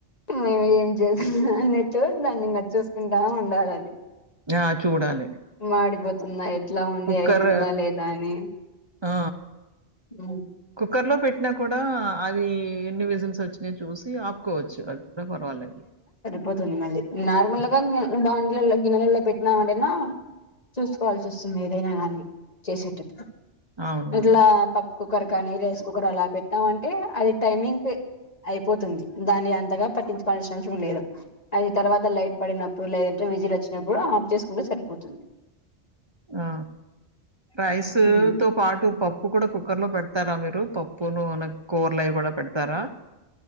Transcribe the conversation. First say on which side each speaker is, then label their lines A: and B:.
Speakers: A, on the left (about 35°); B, on the right (about 30°).
A: మేము ఏం చేస్తున్నా అన్నట్టు దాన్ని ఇంకా చూసుకుంటా ఉండాల అది
B: ఆ చూడాలే
A: మాడిపోతుందా ఎట్లా ఉంది
B: కుక్కర్
A: అయితుందా లేదా అని
B: ఆ
A: అవ్
B: కుక్కర్ లో పెట్టినా కూడా అది ఎన్ని విజిల్స్ వచ్చి చూసి ఆపుకోవచ్చు అది కూడా పర్వాలేదు
A: పోతుంది మళ్ళి నార్మల్గా
B: హ్మ్.
A: ఇంగ బాగున్ లల్లో గిన్నెల్లో పెట్టినాం అంటేనా చూసుకోవాల్సి వస్తుంది. ఏదైనా గాని చేసేటప్
B: అవునవును.
A: ఎట్లా ప కుక్కర్ కానీ, రైస్ కుక్కర్ అలా పెట్టాం అంటే, అది టైమింగ్ అయిపో పోతుంది దాన్ని అంతగా పట్టించుకోల్సిన అవసరం లేదు. అది తర్వాత లైట్ పడినప్పుడు, లేదంటే విజిల్ వచ్చినప్పుడు, ఆఫ్ చేసుకుంటే సరిపోతుంది.
B: ఆ రైస్
A: ఉమ్.
B: తో పాటు పప్పు కూడా కుక్కర్ లో పెడ పెతారా మీరు పప్పును మన కూరలు అవి కూడా పెడతారా